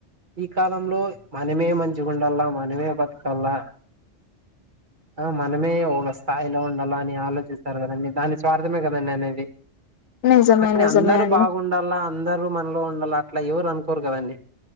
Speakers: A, on the right; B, on the left.
A: ఈ కాలంలో మనమే మంచిగుండల్లా, మనమే బతకల్లా. ఆ మనమే ఒక స్థాయిలో ఉండాల అని ఆలోచిస్తారు కదండి. దాన్నీ స్వార్థమే కదండి. అనేది
B: నిజమే
A: కానీ
B: నిజమే
A: అందరుూ
B: అండి
A: బాగుండాల అందరుూ మన్లో ఉండాల్ల. ట్లా ఎవరు అనుకోరు కదండీ.